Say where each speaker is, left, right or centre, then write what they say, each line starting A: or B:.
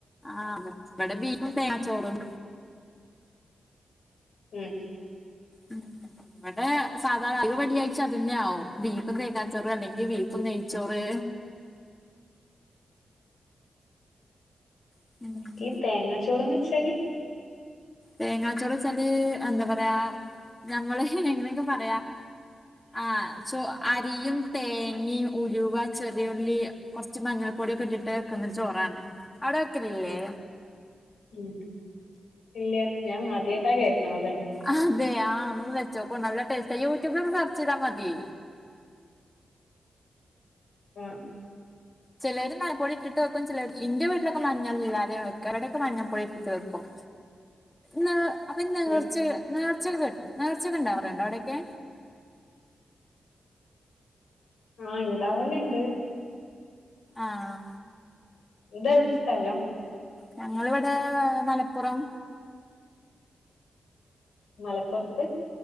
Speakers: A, on the left (about 20°); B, on the left (about 80°).
A: ആഹ് ഇവിടെ ബീഫും തേങ്ങച്ചോറും
B: ഉം
A: ഉം <unintelligible> ഇവിടെ സാധാ വെള്ളിയാഴ്ച അതു ന്നെആവും ബീഫും തേങ്ങാച്ചോറ് അല്ലെങ്കിൽ ബീഫും നെയച്ചോറ് <unintelligible>
B: ഈ തേങ്ങാ ചോറ്ന്ന് വെച്ചാല്
A: തേങ്ങാച്ചോറ്ന്ന് വെച്ചാല് എന്താ പറയാ ഞങ്ങള് എങ്ങനെയൊക്കെ പറയാ ആ <unintelligible> അരിയും തേങ്ങയും ഉലുവ ചെറിയൊള്ളി കുറച്ച് മഞ്ഞൾ പൊടിയൊക്കെ ഇട്ടിട്ട് വെക്കുന്ന ഒരു ചോറാണ് അവിടെ വെക്കലില്ലേ
B: ഉം ഇല്ല്യ ഞാൻ ആദ്യയിട്ടാ കേൾക്കണതന്നെ
A: അതെയാ നമ്മക്ക് വെച്ചോക്കോ നല്ല ടേസ്റ്റ് യൂട്യൂബില് ഒന്ന് സെർച്ച് ചെയ്താ മതി
B: ആഹ്
A: ചെലര് മഞ്ഞപ്പൊടി ഇട്ടിട്ട് വെക്കും ചെലര് ഇന്റെ വീട്ടിലൊക്കെ മഞ്ഞളില്ലാതെ വെക്കാ ഇവിടൊക്കെ മഞ്ഞൾപ്പൊടി ഇട്ടിട്ട് വെക്കും നേ അപ്പൊ നേർച്ച
B: ഉം
A: നേർച്ചൊക്കെ കെട്ടു നേർച്ചൊക്കെ ഇണ്ടാവറുണ്ടോ അവിടൊക്കെ
B: ആഹ് ഇണ്ടാവല്ണ്ട്
A: ആഹ്
B: ഇതെവിടെ സ്ഥലം
A: ഞങ്ങളിവിടെ മലപ്പുറം
B: മലപ്പുറത്ത്